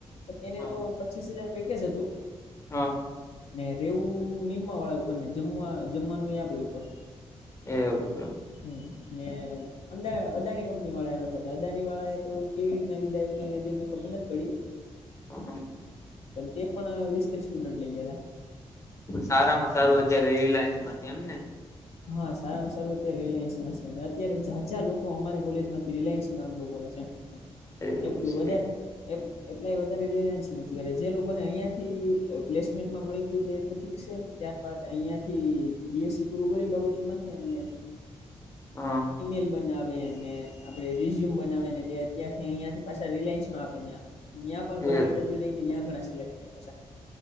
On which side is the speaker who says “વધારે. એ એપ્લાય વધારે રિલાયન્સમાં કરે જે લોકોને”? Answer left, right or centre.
Left